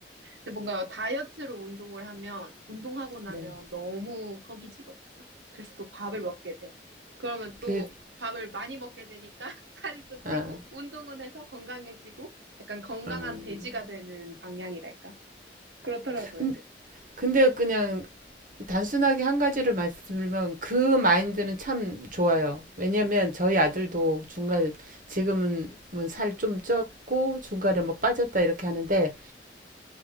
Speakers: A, on the right; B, on the right.
A: 근데 뭔가 다이어트로 운동을 하면, 운동하고 나면
B: 네.
A: 너무 허기지거든요. 그래서 또 밥을 먹게 돼요. 그러면 또
B: 그,
A: 밥을 많이 먹게 되니까 <laughs> 살이 또
B: 아,
A: 찌고, 운동은 해서 건강해지고, 약간 건강한
B: 음.
A: 돼지가 되는 방향이랄까? 그렇더라고요.
B: 근데, 근데 그냥 단순하게 한 가지를 말씀드리면 그 마인드는 참 좋아요. 왜냐면 저희 아들도 중간 지금은 뭐 살좀 쪘고 중간에 뭐 빠졌다 이렇게 하는데